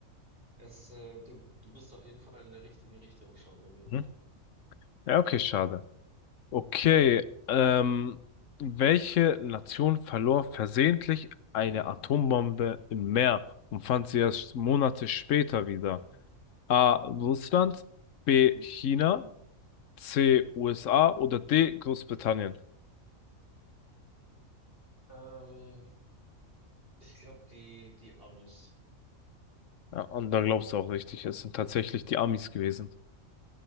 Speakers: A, on the right; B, on the left.
A: Es, äh, du, du bist auf jeden Fall in der richtigen Richtung schon gewesen.
B: Hm? Ja, okay, schade. Okay, ähm, welche Nation verlor versehentlich eine Atombombe im Meer und fand sie erst Monate später wieder? A. Russland, B. China, C. USA oder D. Großbritannien?
A: Ähm, ich glaube, die, die Amis.
B: Ja, und da glaubst du auch richtig, es sind tatsächlich die Amis gewesen.